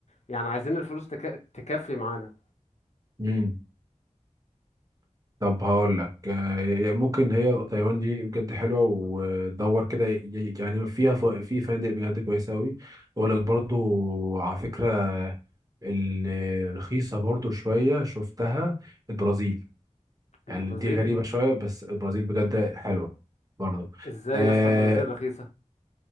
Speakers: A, on the left; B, on the right.
A: يعني عايزين الفلوس تك... تكفي معانا
B: مم. طب هقول لك أه ممكن هي تايوان دي بجد حلوه ودور كده ي- ي- يعني فيها ف- في فنادق بجد كويسه قوي اقول لك برضو على فكره الرخيصه برضو شويه شفتها البرازيل يعني
A: البرازيل
B: دي غريبه شويه بس البرازيل بجد حلوه برضو
A: ازاي
B: أه
A: يا اسطى البرازيل رخيصة